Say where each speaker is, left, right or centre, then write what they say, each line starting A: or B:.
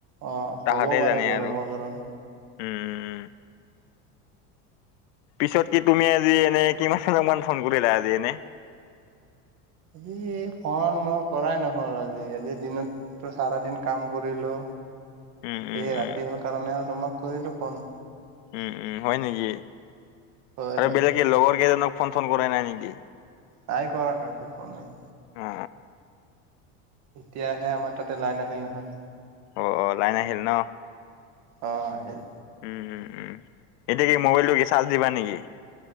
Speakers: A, on the right (about 50°); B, on the left (about 75°).
A: অ হ'ব
B: তাহাঁতেহে
A: পাৰে
B: জানে
A: গৰমৰ
B: আৰু
A: কাৰণে
B: উম। পিছত কি তুমি আজি এনে কিমানজন মান ফোন কৰিলা আজি এনে?
A: আজি ফন মোৰ কৰাই নহ'ল আজি, আজি দিনতটো চাৰা দিন কাম কৰিলো।
B: উম উম
A: এই
B: উম
A: ৰাতি হোৱাৰ কাৰণে আৰু তোমাক কৰিলো ফোন।
B: উম উম, হয় নেকি,
A: হয়
B: আৰু
A: হয়
B: বেলেগ কি লগৰ কেইজনক ফন চন কৰাই নাই নেকি?
A: নাই কৰা কাকো ফনেই।
B: অ
A: এতিয়াহে আমাৰ তাতে লাইন আহিল নহয়।
B: অ' অ', লাইন আহিল ন?
A: অ', আহিল।
B: উম উম, এতিয়া কি মোবাইলটো কি চাৰ্জ দিবা নেকি?